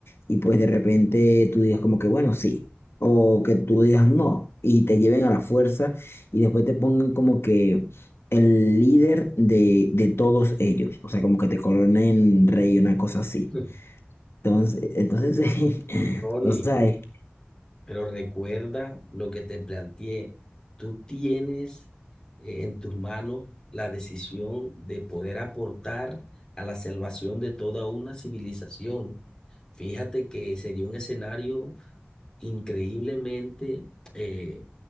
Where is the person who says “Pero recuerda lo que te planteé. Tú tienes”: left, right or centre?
Left